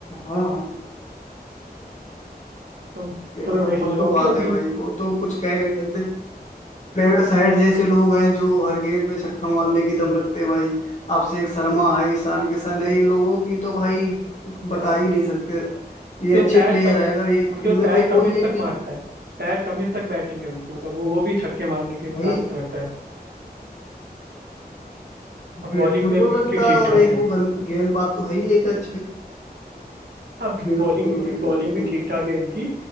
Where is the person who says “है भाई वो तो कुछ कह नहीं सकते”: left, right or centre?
Left